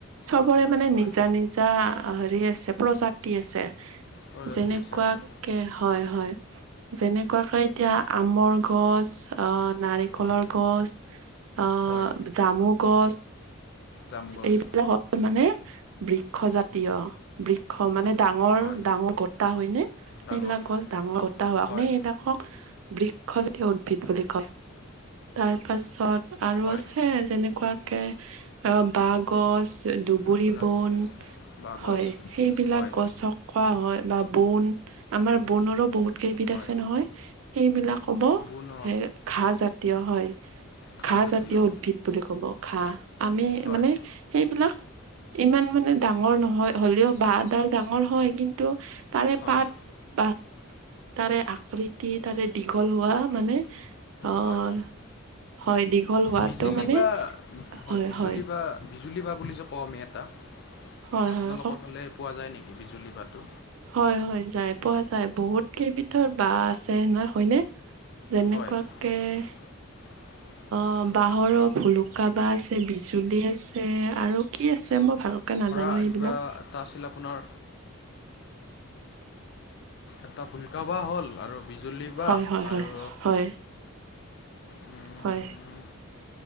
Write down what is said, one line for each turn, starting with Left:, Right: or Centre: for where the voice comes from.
Right: চবৰে মানে
Left: হয়
Right: নিজা নিজা। হেৰি আছে প্ৰজাতি আছে
Left: প্ৰজাতি
Right: যেনেকুৱাকে
Left: আছে হয়
Right: হয় হয়। যেনেকুৱাকে এতিয়া আমৰ গছ আহ নাৰিকলৰ
Left: হয়
Right: গছ অ
Left: হয়
Right: জামু গছ
Left: জাম গছ
Right: এইবিলাক মানে বৃক্ষ জাতীয় বৃক্ষ মানে। ডাঙৰ
Left: হয়
Right: ডাঙৰ গোটা হয় নে
Left: ডাঙৰ
Right: সেইবিলাক গছ ডাঙৰ গোটা হোৱা
Left: হয়
Right: কাৰণে সেইবিলাকক বৃক্ষজাতীয় উদ্ভিদ বুলি কয় তাৰপাছত আৰু
Left: হয়
Right: আছে যেনেকুৱাকে অ বাঁহগছ ধুবৰী
Left: আপোনাৰ
Right: বন
Left: বাঁহগছ
Right: হয় সেইবিলাক
Left: হয়
Right: গছক কোৱা হয় বা বন আমাৰ বনৰো বহুত কেইবিধ
Left: হয়
Right: আছে নহয় সেইবিলাক ক'ব
Left: বোন
Right: সে ঘাঁহ জাতীয় হয়।
Left: ঘাঁহজাতীয়
Right: ঘাঁহ জাতীয় উদ্ভিদ বুলি ক'ব ঘাঁহ। আমি
Left: হয়
Right: মানে সেইবিলাক ইমান মানে ডাঙৰ নহয় হ'লেও বাঁহডাল ডাঙৰ। ডাঙৰ হয় কিন্তু তাৰে
Left: হয়
Right: পাত বা। তাৰে আকৃতি তাৰে দীঘল হোৱা মানে অ
Left: হয়
Right: <inaudible> হয় দীঘল হোৱাটো
Left: বিজুলী
Right: মানে
Left: বা হয়
Right: হয়
Left: বিজুলী,
Right: হয়
Left: বাঁহ বিজুলী বাঁহ বুলি যে কওঁ আমি এটা -
Right: হয়
Left: আপোনালোকৰ
Right: হয়
Left: ফালে পোৱা যায় নেকি বিজুলী পাতো
Right: হয়-হয় যাই পোৱা যায় বহুত কেইবিধৰ বাঁহ আছে নহয় হয়নে। যেনেকুৱাকে
Left: হয়
Right: -
Left: <inaudible>
Right: অ বাঁহৰৰ ভুলুকাবাঁহ আছে, বিজুলী আছে আৰু কি আছে মই ভালকে নাজানো।
Left: কিবি
Right: সেইবিলাক
Left: এটা আছিল আপোনাৰ। এটা ভুলুকা, বাঁহ হ'ল আৰু বিজুলী, বাঁহ
Right: হয় হয়
Left: আৰু
Right: হয় হয়
Left: উম,
Right: হয়।